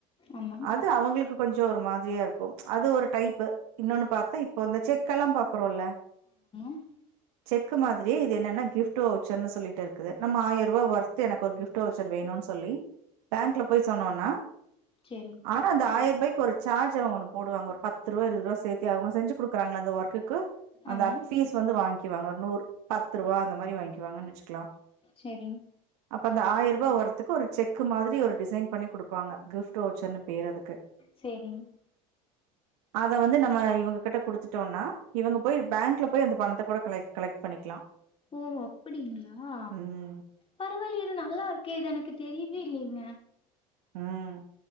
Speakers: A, on the left; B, on the right.
A: ஆமாங்
B: அது அவங்களுக்கு கொஞ்சொ ஒரு மாதிரியா இருக்கும் அது ஒரு டைப் இன்னோன்னு பாத்த இப்ப இந்த செக்கெல்லா ம்பாக்குறோல
A: <inaudible>
B: செக்கு மாதிரி இது என்னன்னா கிஃப்ட் வவுச்சர்ன்னு சொல்லிக்ட்டு இருக்குது நம்ம ஆயிரூவா ஒர்த்து எனக்கு ஒரு கிஃப்ட் வவுச்சர் வேணு ன் சொல்லி பேங்க்ல போய் சொன்னோனா
A: செரி
B: ஆனா அந்த ஆயிர ரூபாய்க்கு சார்ஜ் அவங்க ஒன்னு போடுவாங்க ஒரு பத்து ரூவா இருவது ரூவா சேத்து அவங்க செஞ்சு கொடுக்குறாங்கள அந்த ஒர்க் குக்கு அந்த
A: ஆமாங்
B: அ ஃபீஸ் வந்து வாங்கிக்குவாங்க நூர் பத்து ரூவா அந்த மாரி வாங்கிக்குவாங்கன்னு வச்சுக்குலா
A: செரி
B: இப்ப அந்த ஆயிர ரூபா ஒர்க்கு ஒரு செக்கு மாதிரி ஒரு டிசைன் பண்ணி கொடுப்பாங்க கிஃப்ட ஓச்சர்ன்னு பேரு அதுக்கு
A: செரிங்
B: அத வந்து நம்ம இவங்க கிட்ட குடுத்துட்டோனா இவங்க போய் பேங்க்ல போய் அந்த பணத்த கூட கல கலெக்ட் பண்ணிக்கலா
A: ஓ அப்படிங்களா
B: ம்
A: பரவா இல்லையே இது நல்லா இருக்கே இது எனக்கு தெரியவே இல்லைங்க
B: ம்